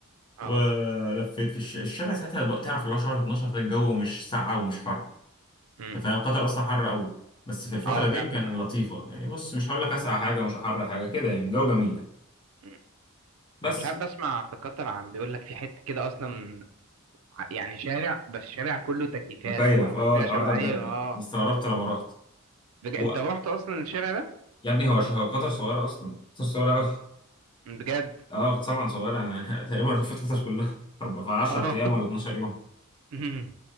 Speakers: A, on the left; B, on the right.
A: ولفيت
B: أه
A: في الش- الشارع ساعتها بقى تعرف اللي هو شهر 12 ده الجو مش ساقعة ومش حر
B: امم
A: انت فاهم قطر اصلا حر قوي بس في الفترة
B: أه فعلا
A: دي كان
B: أه.
A: لطيفة يعني بص مش هقول لك اسقع حاجة مش حر حاجة كده يعني جو جميل
B: أمم.
A: بس
B: أنا مش عارف بسمع في قطر عن بيقول لك في حتة كده أصلا يعني شارع بس شارع كله تكييفات
A: مكيف
B: او او
A: اه
B: حاجه
A: الحوار
B: شبه
A: ده بجد
B: ايوه اه
A: استغربت لما رحت
B: بج...
A: و...
B: انت رحت اصلا الشارع ده
A: يا ابني هو ش- هو قطر صغيرة اصلا قطر صغيرة قوي
B: بجد
A: اه طبعا صغيرة انا <laughs> تقريبا لفيت قطر كلها <laughs> في 10
B: اه
A: ايام ولا 12 يوم
B: <laughs>